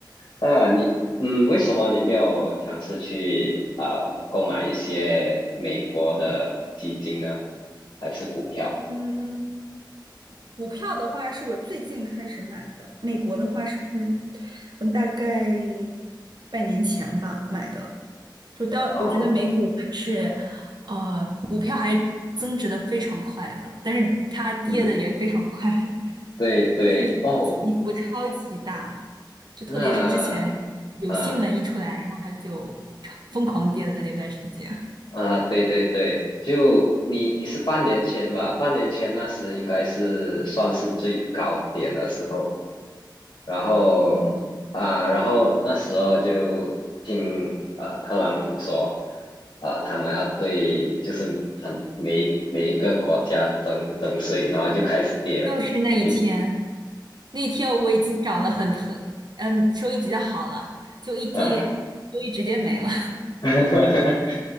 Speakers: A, on the left; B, on the right.
A: 那你嗯，为什么你没有尝试去啊、呃购买一些美国的基金呢？还是股票？
B: 嗯，股票的话是我最近开始买的，美国的话是，嗯，大概半年前吧买的。就到我觉得美股还是，
A: 啊，
B: 呃，股票还增值的非常快的，但是它跌的也非常快，
A: 嗯，
B: <laughs>
A: 对对，
B: 就是起伏超级大，
A: 哦，
B: 就特别是之前有新闻一出来，
A: 那。啊。
B: 然后它就超疯狂跌的那段时间。
A: 啊，对对对，就你你是半年前吧？半年前那时应该是算是最高点的时候，然后啊，
B: 嗯。
A: 然后那时候就听呃特朗普说，啊，他们要对就是很每一每一个国家征征税，然后就开始跌了，
B: 就是那一天，
A: 跌
B: 那天我已经涨了很很，嗯，收益比较好了，就一跌，
A: 啊，
B: 收益直接没了。
A: <laughs>